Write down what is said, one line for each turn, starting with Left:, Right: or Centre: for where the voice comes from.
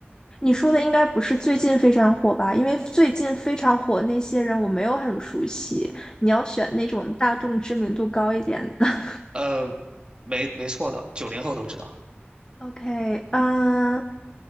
Left: 你说的应该不是最近非常火吧？因为最近非常火那些人我没有很熟悉，你要选那种大众知名度高一点的。<laughs>
Right: 呃，没没错的，九零后都知道。
Left: OK，嗯，